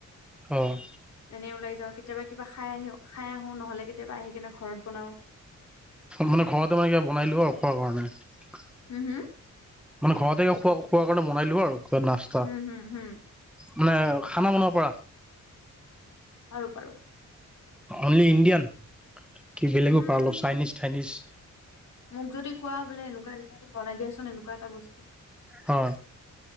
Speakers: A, in the centre; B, on the left.
A: অ',
B: এনে ওলাই যাওঁ কেতিয়াবা কিবা খাই আহি খাই আহো নহ'লে কেতিয়াবা আহি কেনে ঘৰত বনাওঁ।
A: মানে ঘৰতে মানে কিবা বনাই লোৱা আৰু খোৱাৰ কাৰণে।
B: হম, হম।
A: মানে ঘৰতে খোৱা-খোৱা কাৰণে বনাই আৰু নাচ
B: হুম, হুম, হুম।
A: মানে খানা বনাব পৰা?
B: পাৰোঁ, পাৰোঁ।
A: অনলি ইণ্ডিয়ান কি বেলেগো
B: উম
A: পাৰা অলপ চাইনিজ থাইনিজ?
B: মোক যদি কোৱা বোলে এনেকুৱা এনেকুৱাটো বনাই দিয়াচোন এনেকুৱা এটা বস্
A: হয়,